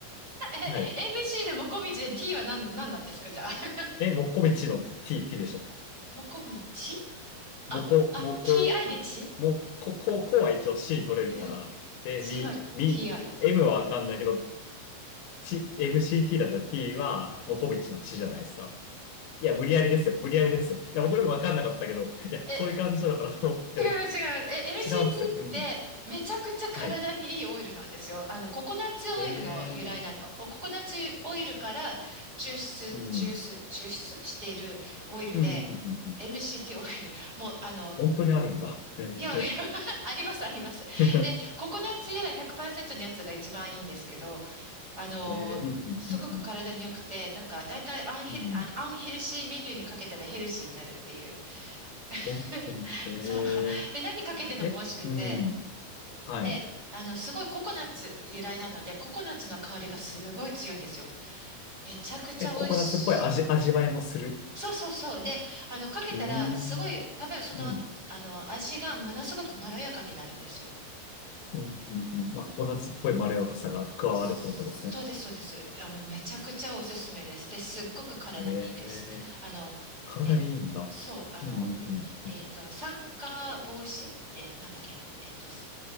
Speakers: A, on the right (about 20°); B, on the left (about 75°).
A: <laughs> え、MC
B: はい。
A: でもこみちで T は何、何なんですかじゃあ。<laughs>
B: え、もこみちの T、T でしょ。
A: もこみちあ、
B: もこ、
A: あ、
B: もこ、
A: TI でち
B: もう、こ、こう、こうは一応 C 取れるから。
A: うん。
B: で、
A: ちは
B: み、
A: TI。
B: み、M はわかんないけど、ち、MCT だったら T は、モコミチの地じゃないですか。いや、無理やりですよ。無理やりですよ。いや、僕もわかんなかったけど、いや、
A: え、
B: そういう感じなのかなと思って。
A: 違います、
B: <laughs>
A: 違います。え、MCT
B: 違うんすね。
A: ってめちゃくちゃ体にいいオイルなんですよ。
B: うん。はい。
A: あの、ココナッツオイルの由来なん、
B: えー
A: おココナッツオイルから抽出、
B: うん。
A: 抽出、抽出しているオイルで、
B: うん、うん、うん、うん。
A: MCT オイル。もう、あの、
B: 本当にあるんだ。え
A: いや、いや、<laughs> あります、あります。
B: ー、
A: で、
B: <laughs>
A: ココナッツ由来100%のやつが一番いいんですけど、あの、
B: えー、うん、
A: すごく体に良くて、
B: うん、
A: なんか、だいたいアンヘル、
B: うん、うん。うん
A: あアンヘルシーメニューにかけたらヘルシーになるっていう。
B: 本当に。
A: <laughs>
B: え
A: そう。で、何かけてても美味しくて、
B: ー、え、うん。はい。
A: で、あの、すごいココナッツ由来なので、ココナッツの香りがすごい強いんですよ。めちゃくちゃ美味しい。
B: え、ココナッツっぽい味、味わいもする。
A: そうそうそう。で、あの、かけたら、
B: うーん。
A: すごい、食べ、その、
B: うん。
A: あの、味がものすごくまろやかになるんですよ。
B: うん。うん。うんまあ、ココナッツっぽいまろやかさが加わるってことですね。
A: そうです、そうです。あの、めちゃくちゃおすすめです。で、すっごく体にいいです。
B: ええ
A: あの、
B: 体にいいんだ。
A: え、そう、あの、
B: うん。うん。
A: えっと、
B: うん
A: 酸化防止え、なんだっけえっと、す